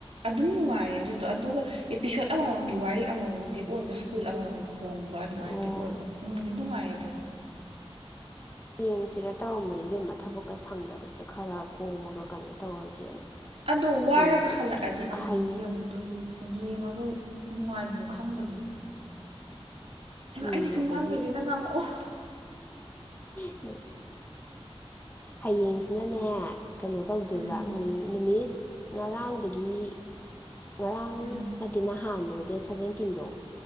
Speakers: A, on the right (about 65°); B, on the left (about 20°).
A: ꯑꯗꯨꯝ ꯅꯨꯡꯉꯥꯏꯌꯦ ꯑꯗꯨꯗꯣ ꯑꯗꯨꯒ ꯑꯦꯄꯤꯁꯣꯠ ꯑꯃꯃꯝꯒꯤ ꯋꯥꯔꯤ ꯑꯃꯃꯝꯗꯤ ꯑꯣꯏꯕ ꯁ꯭ꯀꯨꯜ ꯑꯃꯃꯝ ꯍꯣꯡꯕ ꯑꯗꯨꯃꯥꯏꯅꯗꯤ
B: ꯑꯣ
A: ꯑꯣꯏꯕ ꯅꯨꯡꯗꯤ ꯅꯨꯡꯉꯥꯏꯌꯦ ꯑꯗꯨꯨꯝ
B: ꯌꯦꯌꯦꯡꯁꯤꯔ ꯇꯧꯔꯝꯕꯅꯦ ꯕꯦꯝꯃ ꯊꯕꯛꯀ ꯁꯪꯗꯕꯁꯤꯗ ꯈꯔ ꯀꯣꯝꯃꯒ ꯀꯩꯅꯣ ꯇꯧꯔꯒꯦꯅ
A: ꯑꯗꯣ ꯋꯥꯔꯒ
B: ꯎꯝ
A: ꯍꯜꯂꯛꯑꯗꯤ ꯑꯃꯨꯛ
B: ꯍꯌꯦꯡ
A: ꯌꯦꯡꯕꯗꯣ ꯌꯦꯡꯉꯒ ꯅꯨꯡꯉꯥꯏꯕ ꯑꯃ ꯈꯪꯗꯕꯅꯤ ꯍꯥꯏꯕ
B: ꯎꯝ
A: ꯑꯩꯗꯤ ꯁꯨꯝ
B: ꯑꯗꯒꯤ
A: ꯉꯥꯡꯗꯦꯗ ꯅꯪ ꯉꯥꯡꯉꯛꯑꯣ
B: ꯍ ꯍꯌꯦꯡꯁꯤꯅꯅꯦ ꯀꯩꯅꯣ ꯇꯧꯗꯣꯏꯕ
A: ꯎꯝ
B: ꯅꯨꯃꯤꯠ ꯉꯔꯥꯡꯗꯒꯤ ꯉꯔꯥꯡ
A: ꯎꯝ
B: ꯉꯇ ꯅꯍꯥꯟ ꯑꯗꯣ ꯗꯦꯠ ꯁꯚꯦꯟꯇꯤꯟꯗꯣ